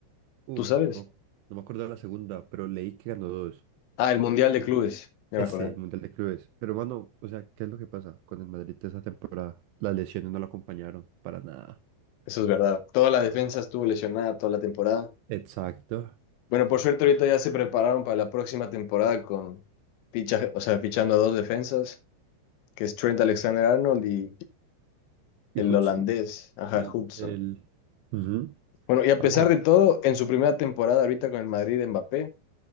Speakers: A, on the right (about 85°); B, on the left (about 80°).
A: Uf,
B: ¿Tú sabes?
A: no, no me acuerdo de la segunda, pero leí que ganó dos.
B: Ah, el Mundial de Clubes, ya
A: Ese,
B: me acordé.
A: el Mundial de Clubes. Pero, mano, o sea, ¿qué es lo que pasa con el Madrid de esa temporada? Las lesiones no lo acompañaron para nada.
B: Eso es verdad. Toda la defensa estuvo lesionada toda la temporada.
A: Exacto.
B: Bueno, por suerte ahorita ya se prepararon para la próxima temporada con ficha, o sea, fichando a dos defensas, que es Trent Alexander-Arnold y
A: Y
B: el
A: Hudson,
B: holandés, ajá,
A: el,
B: Hudson.
A: el... Ujú.
B: Bueno, y a
A: Parce,
B: pesar de todo, en su primera temporada ahorita con el Madrid, Mbappé